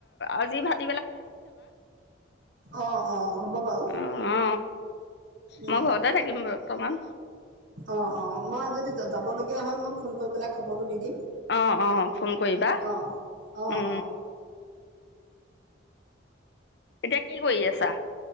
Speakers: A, on the left; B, on the right.
A: আজি ভাত,
B: অ অ হ'ব বাৰু
A: অ অ
B: উম
A: মই ঘৰতে থাকিম বৰ্তমান
B: অ অ মই যদি যাবলগীয়া হয় মই ফোন, কৈ পেলাই খবৰটো দি দিম,
A: অঁ অঁ ফোন কৰিবা
B: অ অ
A: উম,
B: অ
A: এতিয়া কি কৰি আছা?